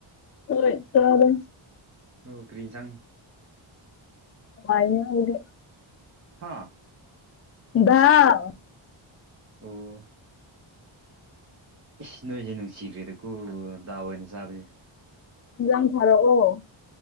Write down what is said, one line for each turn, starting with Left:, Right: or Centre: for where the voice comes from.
Left: ꯍꯣꯏ ꯆꯥꯔꯦ
Right: ꯑꯣ ꯀ꯭ꯔꯤ ꯑꯦꯟꯁꯥ
Left: <inaudible>
Right: ꯍꯥꯥ
Left: ꯗꯥꯜ
Right: ꯑꯣ ꯏꯁ ꯅꯣꯏꯁꯦ ꯅꯨꯡꯁꯤꯈ꯭ꯔꯦꯗ ꯀꯣ ꯗꯥꯜ ꯑꯣꯏꯅ ꯆꯥꯕꯁꯦ
Left: ꯍꯦꯟꯖꯥꯡ ꯊꯥꯔꯛꯑꯣ